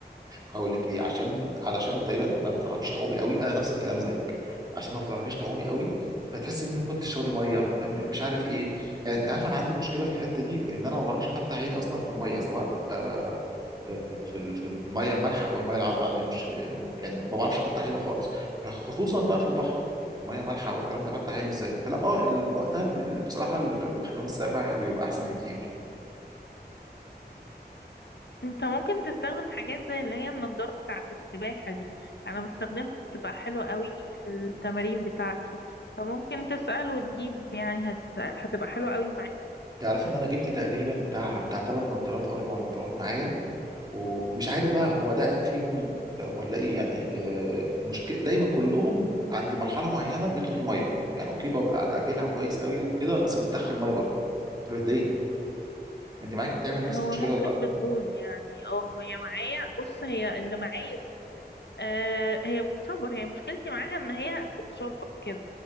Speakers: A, on the right; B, on the left.
A: هقول لك ليه عشان علشان تقريبا ما بتعرفيش تعومي قوي انا نفس الكلام زيك عشان ما بتعرفيش تعومي قوي فتحسي ان انت ممكن تشربي ميه انت مش عارف ايه يعني انت عارف انا عندي مشكله في الحته دي ان انا ما بعرفش افتح عيني اصلا في الميه سواء آه آه في ال- في الميه المالحه او الميه العذبه عندي مش يعني ما بعرفش افتح عيني خالص فخصوصا بقى في البحر ميه مالحه والكلام ده فتح عيني ازاي فلا اه ال- وقتها ال- بصراحه ال- الحمام السباحه بيبقى احسن بكتير
B: انت ممكن تستخدم حاجات زي اللي هي النضاره بتاعه السباحه دي انا بستخدمها بتبقى حلوه قوي في التمارين بتاعتي فممكن تسأل وتجيب يعني هتس... هتبقى حلوة قوي معاك
A: تعرف ان انا جبت تقريبا بتاع بتاع ثلاث نظارات او اربع نظارات معايا ومش عارف بقى هو ده عيب فيهم آه، ولا ايه يعني آه، مشكله دايما كلهم عند مرحله معينه بيدخل الميه يعني اوكي ببقى قافلها كويس قوي وكده بس بتدخل الميه برضه فبتضايقني انت معاك بتعمل نفس
B: هو
A: المشكله
B: ممكن
A: ولا لا
B: بتبوظ يعني اه هي معايا بص هي اللي معايا دي آه هي بتشبر هي مشكلتي معاها ان هي بتشبر كده